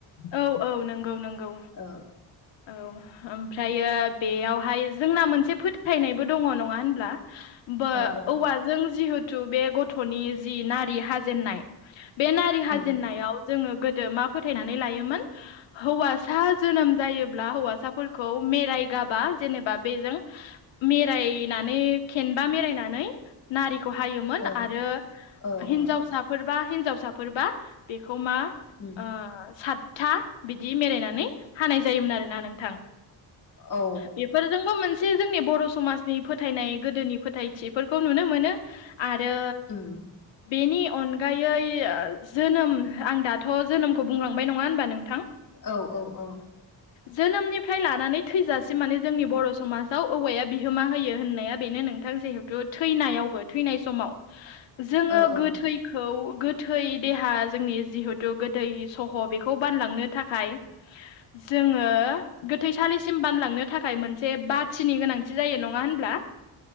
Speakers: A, on the left; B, on the left.
A: औ औ नोंगौ नोंगौ।
B: ओ
A: औ ओमफ्रायो बेयावहाय जोंना मोनसे फोथायनायबो दङ नङा होनब्ला? बो
B: ओ ओ
A: औवाजों जिहेथु बे गथ'नि जि नारि हाजेननाय बे नारि हाजेन्नायाव
B: उम
A: जोङो गोदो मा फोथायनानै लायोमोन हौवासा जोनोम जायो ब्ला हौवासाफोरखौ मेरायगाबा जेनेबा बेजों मेरायनानै खेनबा मेरायनानै नारिखौ हायोमोन
B: औ
A: आरो
B: औ
A: हिनजावसा
B: औ
A: फोरबा हिनजावसाफोरबा बेखौ मा
B: उम
A: ओ सातथा बिदि मेरायनानै हानाय जायोमोन आरोना नोंथां।
B: औ
A: बेफोर जोंबो मोनसे जोंनि बर' समाजनि फोथायनाय गोदोनि फोथायथिफोरखौ नुनो मोनो आरो
B: उम
A: बेनि अनगायै जोनोम आं दाथ' जोनोमखौ बुंलांबाय नङा होनबा नोंथां?
B: औ औ औ।
A: जोनोमनिफ्राय लानानै थैजासिम माने जोंनि बर' समाजाव औवाया बिहोमा होयो होननाया बेनो नोंथां जिहु थु थैनायावबो थैनाय समाव जोङो
B: औ औ
A: गोथै खौ गोथै देहा जोंनि जिहेथु गोदै सह' बेखौ बानलांनो थाखाय जोङो गोथैसालिसिम बानलांनो थाखाय मोनसे बाथिनि गोनांथि जायो नङा होनब्ला?